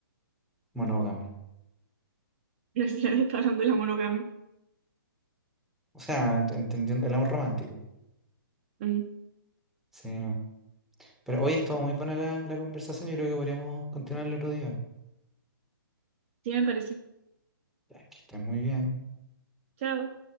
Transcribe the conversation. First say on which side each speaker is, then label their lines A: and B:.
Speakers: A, in the centre; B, on the right.
A: monógama.
B: <laughs> Gracias, hablando de la monogamia.
A: O sea, ent- entendiendo el amor romántico.
B: Mm,
A: Sí, no. Pero hoy estuvo muy buena la, la conversación. Yo creo que podríamos continuarla otro día.
B: sí, me parece.
A: Ya, que estés muy bien.
B: Chao.